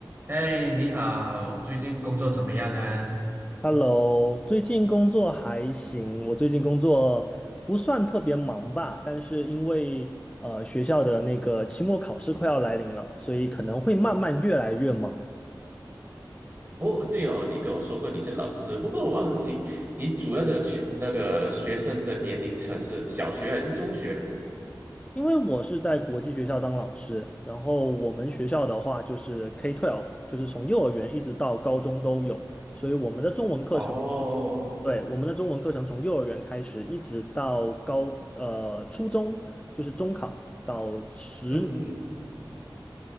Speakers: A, on the right; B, on the left.
A: 哎，你好，最近工作怎么样啊？
B: Hello，最近工作还行，我最近工作不算特别忙吧，但是因为呃学校的那个期末考试快要来临了，所以可能会慢慢越来越忙。
A: 哦，对哦，你跟我说过你是老师，不过我忘记你主要的群那个学生的年龄层是小学还是中学呢？
B: 因为我是在国际学校当老师，然后我们学校的话就是 K-12，就是从幼儿园一直到高中都有，所以我们的中文课程，
A: 哦，
B: 对，我们的中文课程从幼儿园开始一直到高呃初中，就是中考到十。
A: 嗯哼哼，